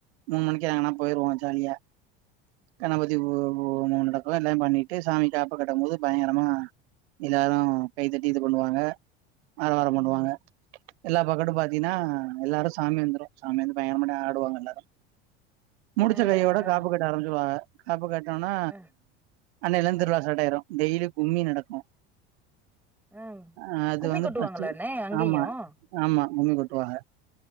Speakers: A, on the right (about 75°); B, in the centre.
A: மூணு மணிக்கு எங்னா போயிருவோ ஜாலியா கணபதி மூ மூ நடக்கு எல்லாமே பண்ணிட்டு சாமிக் காப்பு கட்டுபோது பயங்கரமா எல்லாரு கைத்தட்டி இது பண்ணுவாக அரவாரம் பண்ணுவாங்க
B: ம்
A: எல்லா பகட்டு பாத்தீன்னா எல்லாரு சாமி வந்துரு சாமி வந்து பயங்ரமா ஆடுவாங்க எல்லாரு
B: ஆ
A: முச்ச கையோட
B: ஆ ஆ
A: காப்பு கட்ட ஆரம்பிச்சிருவாங்க காப்பு கட்டோனா
B: ஆ
A: அன்னைலிருந்து திருவிழா சாட் ஆயிரு டெய்லி கும்மி நடக்கு
B: ஆ
A: ஆ அது
B: கும்மி
A: வந்து
B: கொட்டுவாங்களாண்ணே
A: பச்சு
B: அங்கேயு
A: ஆமா ஆமா உம்மி கொட்டுவாக